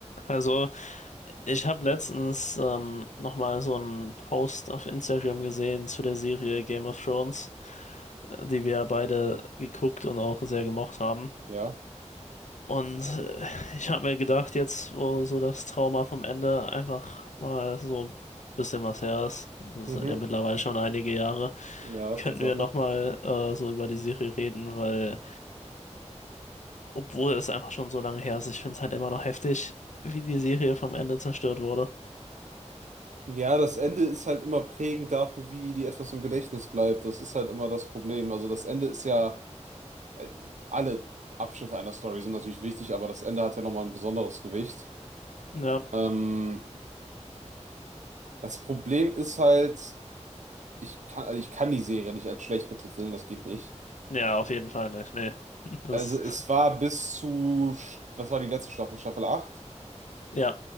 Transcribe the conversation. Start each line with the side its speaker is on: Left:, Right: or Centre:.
Left: Also, ich habe letztens ähm, nochmal so einen Post auf Instagram gesehen zu der Serie Game of Thrones, äh, die wir beide geguckt und auch sehr gemocht haben.
Right: Ja.
Left: Und äh, ich habe mir gedacht, jetzt, wo so das Trauma vom Ende einfach mal so ein bisschen was her ist, das
Right: Mhm.
Left: sind ja mittlerweile schon einige Jahre,
Right: Ja,
Left: könnten
Right: Tatsache.
Left: wir nochmal äh, so über die Serie reden, weil, obwohl es einfach schon so lange her ist, ich finde es halt immer noch heftig, wie die Serie vom Ende zerstört wurde.
Right: Ja, das Ende ist halt immer prägend dafür, wie die etwas im Gedächtnis bleibt. Das ist halt immer das Problem. Also das Ende ist ja, äh, alle Abschnitte einer Story sind natürlich wichtig, aber das Ende hat ja nochmal ein besonderes Gewicht.
Left: Ja.
Right: Ähm, das Problem ist halt, ich kann, also ich kann die Serie nicht als schlecht betiteln, das geht nicht.
Left: Ja, auf jeden Fall nicht. Nee. <laughs> Das,
Right: Also es war bis zu, was war die letzte Staffel? Staffel acht
Left: ja.